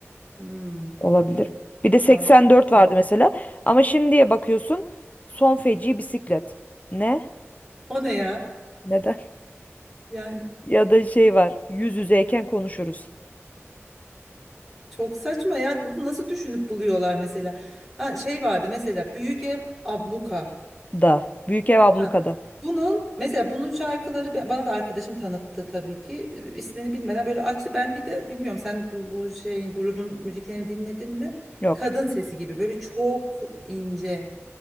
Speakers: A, in the centre; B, on the left.
A: Hmm,
B: olabilir.
A: olabilir.
B: Bir de
A: Şu
B: 84
A: an hani,
B: vardı mesela. Ama şimdiye bakıyorsun son feci bisiklet. Ne?
A: o ne ya?
B: Neden? <laughs>
A: Yani
B: Ya da şey var yüz yüzeyken konuşuruz
A: çok saçma ya. Bunu nasıl düşünüp buluyorlar mesela? Ha şey vardı mesela Büyük Ev Abluka.
B: da. Büyük Ev Abluka'da.
A: Ha bunun mesela bunun şarkıları ba- bana da arkadaşım tanıttı tabii ki. Ee, ismini bilmeden böyle açtı. Ben bir de bilmiyorum sen bu, bu şeyin grubun müziklerini dinledin mi?
B: Yok.
A: Kadın sesi gibi böyle çok ince.